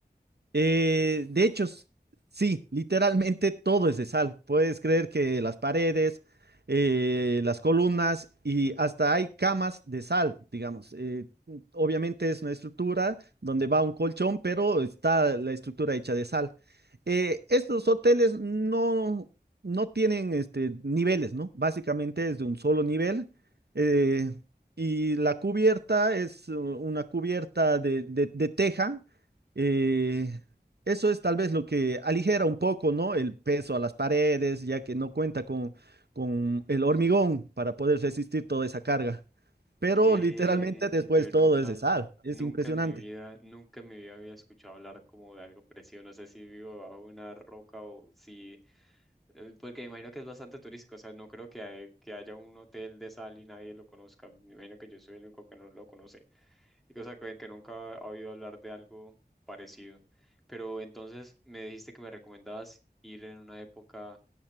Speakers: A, on the right; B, in the centre.
A: Eh, de hecho, s- sí, literalmente todo es de sal. Puedes creer que las paredes, eh, las columnas y hasta hay camas de sal, digamos. Eh, obviamente es una estructura donde va un colchón, pero está la estructura hecha de sal. Eh, estos hoteles no, no tienen este, niveles, ¿no? Básicamente es de un solo nivel. eh, y la cubierta es uh, una cubierta de, de de teja. Eh, eso es tal vez lo que aligera un poco, ¿no? El peso a las paredes, ya que no cuenta con, con el hormigón para poder resistir toda esa carga. Pero
B: Que
A: literalmente después
B: yo
A: todo
B: nunca,
A: es de sal. Es
B: nunca
A: impresionante.
B: en mi vida, nunca en mi vida había escuchado hablar como de algo parecido. No sé si vivo bajo una roca o si, eh, porque me imagino que es bastante turístico. O sea, no creo que, hay- que haya un hotel de sal y nadie lo conozca. Me imagino que yo soy el único que no lo conoce. Y, O sea, que, que nunca ha oído hablar de algo parecido. Pero entonces me dijiste que me recomendabas ir en una época